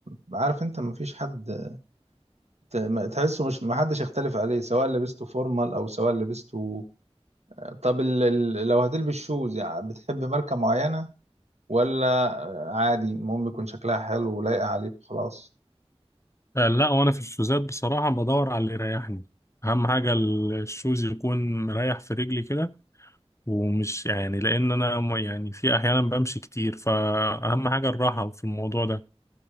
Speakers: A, on the right; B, on the left.
A: ما عارف انت ما فيش حد ت- ما- تحسه مش ما حدش يختلف عليه سواء لبسته فورمال او سواء لبسته طب ال... ال- لو هتلبس شوز يعني بتحب ماركه معينه ولا عادي المهم يكون شكلها حلو ولايقه عليك وخلاص
B: آه، لا وأنا في الشوزات بصراحة بدور على اللي يريحني أهم حاجة ال- الشوز يكون مريح في رجلي كده ومش يعني لأن أنا م- يعني في أحيانا بمشي كتير فأهم حاجة الراحة في الموضوع ده